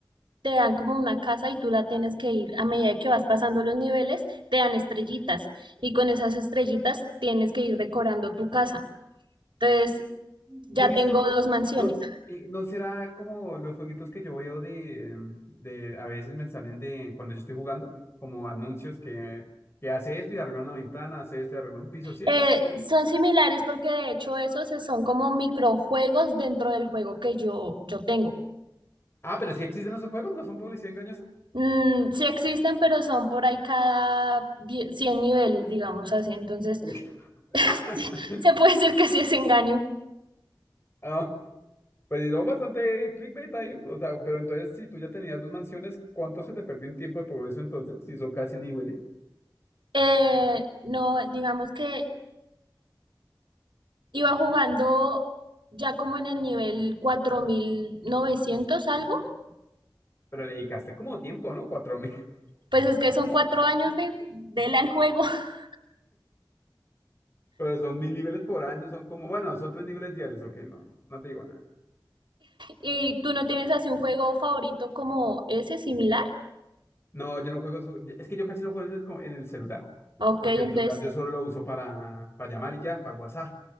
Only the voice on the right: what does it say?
te dan como una casa y tú la tienes que ir a medida que vas pasando los niveles, te dan estrellitas y con esas estrellitas tienes que ir decorando tu casa. Entonces,
ya
tengo dos mansiones.
Eh,
son similares porque de hecho esos son como microjuegos dentro del juego que yo, yo tengo.
Mm, sí existen, pero son por ahí cada die- 100 niveles, digamos así. Entonces,
<laughs> se puede decir que sí es engaño.
Eh, no, digamos que iba jugando ya como en el nivel 4900 algo.
Pues es que son cuatro años de, del al juego <laughs>
y tú no tienes así un juego favorito como ese similar.
Ok,
entonces,